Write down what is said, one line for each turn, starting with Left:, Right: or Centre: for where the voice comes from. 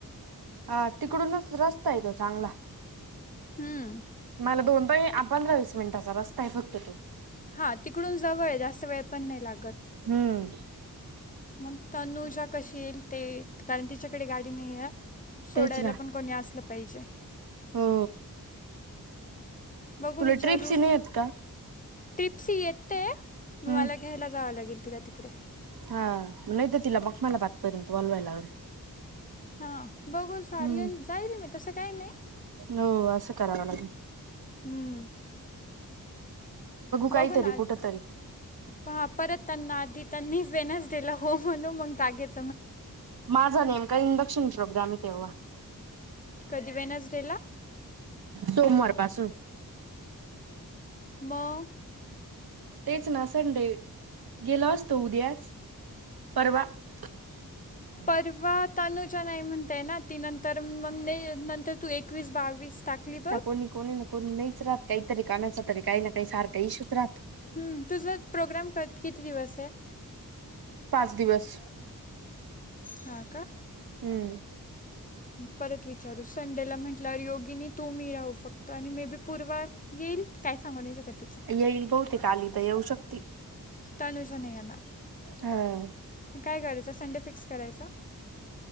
Right: हा तिकडूनच रस्ता आहे तो चांगला.
Left: हम्म.
Right: मला दोन, पंधरा-वीस मिनिटाचा रस्ता आहे फक्त तो.
Left: हा तिकडून जवळ आहे, जास्त वेळ पण नाही लागत.
Right: हम्म
Left: मग तनुजा कशी येईल ते, कारण तिच्याकडे गाडी नाहीए सोडायला
Right: तेच ना
Left: पण कोणी असलं पाहिजे.
Right: हो
Left: बघू
Right: तुला
Left: विचारू.
Right: ट्रिप्स नाही आहेत का
Left: टिपसी येते,
Right: हम्म
Left: मला घ्यायला जावं लागेल. तिला तिकडे.
Right: हा नाही तर तिला मग तिला <unintelligible>
Left: हा बघू चालेल,
Right: हम्म
Left: जाईल मी तसं काय नाही.
Right: हो असं करावं लागेल.
Left: हम्म,
Right: काहीतरी
Left: बघू ना
Right: कुठ तरी
Left: पहा परत त्यांना आधी त्यांनी वेनजडेला हो म्हणून मग बागेत
Right: माझा नेमका इंडक्शन प्रोग्राम आहे तेव्हा.
Left: कधी वेनसडेला
Right: सोमवार पासून
Left: म
Right: तेच ना संडे, गेलो असतो उद्याच, परवा <inaudible>
Left: परवा तनुजा नाही म्हणतेय ना, ती नंतर मग नंतर तू एकवीस, बावीस टाकली बघ
Right: ना कोणी कोणी ना कोणी नाहीच राहत काहीतरी कानाच तरी काही ना काही सारखा इशूच राहतो.
Left: हम्म, तुझा प्रोग्राम क किती दिवस आहे?
Right: पाच दिवस.
Left: हा का?
Right: हम्म
Left: परत विचारू, संडेला म्हंटल्यावर योगिनी तू मी राहु फक्त, आणि मे बी पूर्वा येईल, काय सांगू नाही शकत तिचं.
Right: येईल बहुतेक आली तर येऊ शकती.
Left: तनुजा नाही येणार,
Right: हा
Left: काय करायचं संडे फिक्स करायचा?